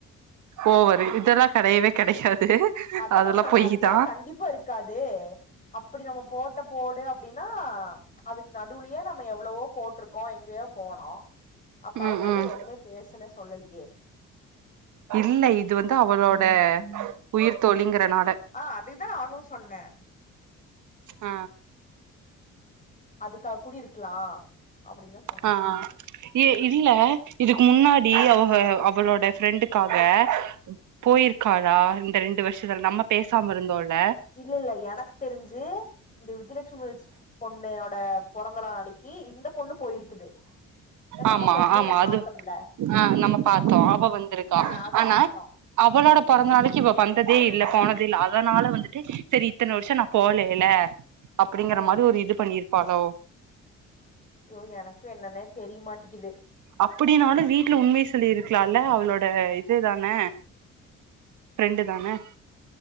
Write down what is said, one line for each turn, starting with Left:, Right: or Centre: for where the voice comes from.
Right: ஓவரு இதெல்லாம் கிடையவே கிடையாது
Left: அதா
Right: அதெல்லாம்
Left: நா சொன்னே
Right: பொய்தான்
Left: அதுக்காக கண்டிப்பா இருக்காது அப்டி நம்ம போட்டப் போடு அப்டின்னா அதுக்கு நடுவுலயே நம்ம எவ்வளவோ போட்ருக்கோம் எங்கேயோ போனோம் அப்ப அதுங்கல்லாம்
Right: ம் ம்
Left: எதுவுமே பேசல சொல்லலயே
Right: இல்ல இது வந்து அவளோட
Left: ம் ம்
Right: உயிர் தோழிங்கறனால
Left: ஆ அதுதான் நானும் சொன்ன
Right: ஆ
Left: அதுக்கா கூடி இருக்கலா அப்டின்தா
Right: ஆ ஆ ஏ இல்ல இதுக்கு முன்னாடி அவ அவளோட ஃப்ரெண்டுக்காக போய்ருக்காலா இந்த ரெண்டு வருஷத்துல நம்ம பேசாம இருந்தோல்ல
Left: இல்ல இல்ல எனக்கு தெரிஞ்சு இந்த விஜலட் சுவஜ் பொண்ணோட பொறந்தநாளைக்கு இந்த பொண்ணு போயிருக்குது ஏன்னா நம்ம
Right: ஆமா
Left: போம்போது
Right: ஆமா
Left: நம்ம
Right: அது
Left: பாத்தம்ல
Right: ஆ நம்ம பாத்தோ அவ வந்திருக்கா
Left: ஆ அது
Right: ஆனா
Left: பாத்தோ
Right: அவளோட பொறந்த நாளைக்கு இவ வந்ததே இல்ல போனதில்ல அதனால வந்துட்டு செரி இத்தன வருஷ நா போலைல அப்டிங்கிற
Left: ஆ
Right: மாரி ஒரு இது பண்ணிருப்பாலோ
Left: ஜயோ எனக்கு என்னனே தெரிய மாட்டேக்குது
Right: அப்டின்னாலு வீட்ல உண்மைய சொல்லிருக்கலால அவளோட இது தானே ஃப்ரெண்டு தானே